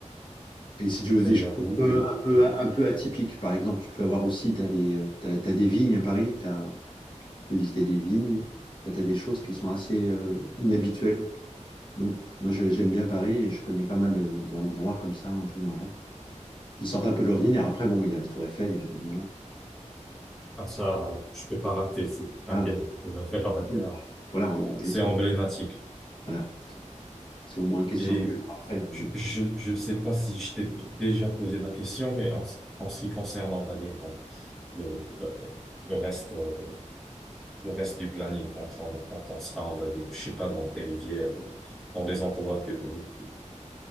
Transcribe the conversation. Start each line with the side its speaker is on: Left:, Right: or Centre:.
Left: Et si tu veux des
Centre: mais j'avoue
Left: choses un
Centre: que,
Left: peu, un peu,
Centre: que
Left: un peu atypiques, par exemple, tu peux avoir aussi, tu as des, t'as- t'as des vignes à Paris, t'as- tu peux visiter des vignes, enfin, tu as des choses qui sont assez euh, inhabituelles. Mm. Moi, je- j'aime bien Paris et je connais pas mal de- d'endroits comme ça, un peu marrants, qui sortent un peu de l'ordinaire. Après, bon, il y a la Tour Eiffel, évidemment.
Centre: Ah, ça, je peux pas rater, c'est- t'inquiète,
Left: Ah,
Centre: on va faire, on va dire,
Left: oui. voilà, on- des
Centre: c'est
Left: trucs.
Centre: emblématique.
Left: Voilà, c'est au moins une question
Centre: Et
Left: de
Centre: euh,
Left: parfait. mais
Centre: je,
Left: bon.
Centre: je, je sais pas si je t'ai déjà posé la question, mais en, ce- en ce qui concerne, on va dire, euh, le, le, le reste, euh, le reste du planning, quand on, quand on sera, on va dire, je sais pas, dans tes rivières ou dans les endroits que, que